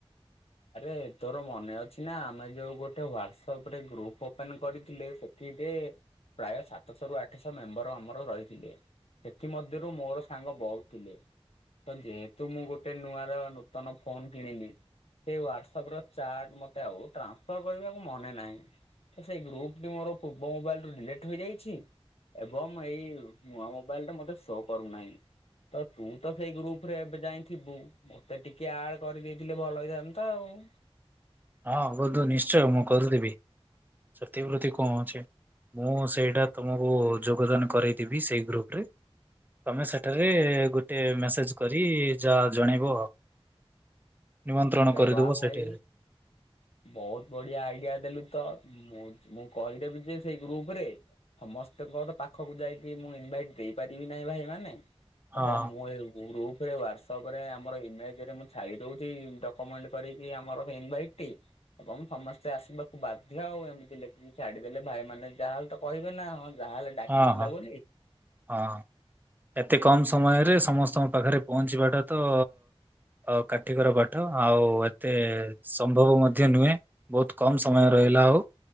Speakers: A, on the left; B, on the right.
A: ଆରେ ତୋର ମନେ ଅଛି ନା, ଆମେ ଯୋଉ ଗୋଟେ ୱରସପ୍ ରେ ଗ୍ରୁପ ଓପନ କରିଥିଲେ। ସେ ସେଥିରେ, ପ୍ରାୟ ସାତଶହ ରୁ ଆଠଶହ ମେମ୍ବର ଆମର ରହିଥିଲେ। ସେଥି ମଧ୍ୟରୁ ମୋର ସାଙ୍ଗ ବହୁତୁ ଥିଲେ। ତ ଯେହେତୁ ମୁଁ ଗୋଟେ ନୂଆ ରା ନୂତନ ଫୋନ୍ କିଣିଲି। ସେଇ ୱରସପ୍ ରେ ଚାଟ୍ ମତେ ଆଉ ଟ୍ରାନ୍ସଫର୍ କରିବାକୁ ମନେ ନାହିଁ। ତ ସେଇ ଗ୍ରୁପ ଟି ମୋର ପୂର୍ବ ମୋବାଇଲୁରୁ ଡିଲିଟ୍ ହେଇଯାଇଛି। ଆଜ୍ଞା ମୁଁ ଏଇ ନୂଆ ମୋବାଇଲ୍ ଟା ମତେ ଶୋ କରୁନାହିଁ। ତ ତୁ ତ ସେଇ ଗ୍ରୁପ ରେ ଏବେ ଯାଇଥିବୁ, ମତେ ଟିକେ ଆଡ୍ କରିଦେଇଥିଲେ ଭଲ ହେଇଥା ତଅ ଉଁ।
B: ହଁ ଯିବୁ ନିଶ୍ଚୟ ମୁଁ କରିଦେବି ସେତି ପ୍ରତ୍ତି କଣ ଅଛି। ମୁଁ ସେଇଟା ତୁମକୁ ଯୋଗଦାନ କରେଇଦବି ସେଇ ଗ୍ରୁପ ରେ। ତମେ ସେଠାରେ ଗୋଟେ ମେସେଜେ୍ କରି ଯାହା ଜଣେଇବ। ନିମନ୍ତ୍ରଣ
A: ଆରେ
B: କରିଦେବ
A: ବା ଭାଇ
B: ସେଠି।
A: ବହୁତ ବଢିଆ ଆଇଡିଆ ଦେଲୁ ତ, ମୁଁ ମୁଁ କହିଦେବି ଯେ ସେଇ ଗ୍ରୁପ ରେ। ସମସ୍ତେଙ୍କର ପାଖକୁ ଯାଇକି ମୁଁ ଇନଭାଇଟ ଦେଇପାରିବି ନାହିଁ ଭାଇମାନେ।
B: ହଁ
A: ଏବଂ ମୁଁ ଏ ଗ୍ରୁପରେ ହ୍ଵାରସପ ରେ ଆମର ଇମେଜ ରେ ମୁଁ ଛାଡି ଦଉଛି ଡ କମେଣ୍ଟ କରିକି ଆମର ଇନଭାଇଟ ଟି। ଏବଂ ସମସ୍ତେ ଆସିବାକୁ ବାଧ୍ୟ ଆଉ, ଏମିତି ଲେଖିକି ଛାଡିଦେଲେ ଭାଇ ମାନେ ଯାହାହେଲେ ତ କହିବେ ନା ହଁ ଯାହାଲେ। ଡାକିଥିଲା
B: ହଁ ହଁ
A: ବୋଲି।
B: ହଁ ଏତେ କମ୍ ସମୟରେ ସମସ୍ତଙ୍କ ପାଖରେ ପହଞ୍ଚିବାଟା ତ। ଅ କାଠିକର ପାଠ ଆଉ ଏତେ ସମ୍ଭବ ମଧ୍ୟ ନୁହେଁ। ବହୁତ୍ କମ ସମୟ ରହିଲା ଆଉ।